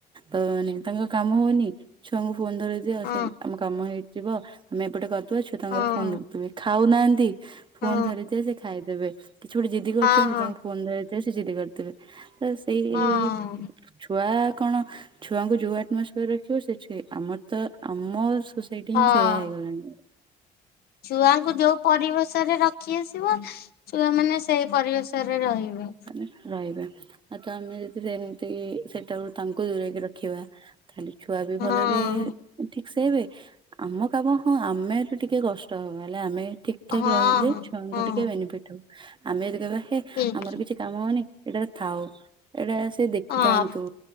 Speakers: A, on the right (about 30°); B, on the left (about 65°).
A: ଭଉଣୀ ତମର କାମ ହଉନି ଛୁଆଙ୍କୁ ଫୋନ୍ ଧରେଇଦିଅ
B: ହଁ
A: ସେ ଆମ। କାମ ହେଇଯିବ ଆମେ ଏପଟେ କରଦବା ଛୁଆ ତାଙ୍କର
B: ହଁ
A: ଫୋନ୍ ଦେଖୁଥିବେ ଖାଉନାହାନ୍ତି। ଫୋନ୍
B: ହଁ
A: ଧରିଥିବେ ସେ ଖାଇଦେବେ କିଛି ଗୋଟେ ଜିଦି କରୁଛନ୍ତି
B: ହଁ ହଁ
A: ତାଙ୍କୁ ଫୋନ୍ ଧରେଇଦିଅ ସେ ଜିଦି କରି। ଦେବେ ତ ସେଇ
B: ହଁ
A: ରେ। ଛୁଆ କଣ ଛୁଆଙ୍କୁ ଯୋଉ ଆଟମସଫିୟର ରେ ରଖିବ ସେ ଛୁଏ ଆମର ତ ଆମର ହେଇଠି
B: ହଁ
A: ହିଁ ସେୟା ହେଇଗଲାଣି।
B: ଛୁଆଙ୍କୁ ଯୋଉ ପରିବେଶରେ ରଖି ଆସିବ ଛୁଆମାନେ ସେଇ ପରିବେଶରେ ରହିବେ।
A: ଉଁ ରହିବେ ଆଉ ତ ଆମେ ଯଦି ସେମତି କି ସେଠାରୁ ତାଙ୍କୁ ଦୂରେଇକି ରଖିବା ତାହେଲେ ଛୁଆ ବି ଭଲେରେ
B: ହଁ
A: ଠିକସେ ଏବେ ଆମ କାମ ହଁ ଆମେ ଯଦି ଟିକେ କଷ୍ଟ ହବ ହେଲେ ଆମେ ଠିକ୍ ଠାକ୍
B: ହଁ
A: ରହିଲେ ଛୁଆଙ୍କୁ
B: ହଁ
A: ଟିକେ ବେନିଫିଟ୍ ହବ ଆମେ ଯଦି କହିବା ହେ
B: ହୁଁ।
A: ଆମର କିଛି କାମ ହଉନି ଏଇଟା ଥାଉ ଏଇଟା ସେ ଦେଖୁଥାନ୍ତୁ
B: ହଁ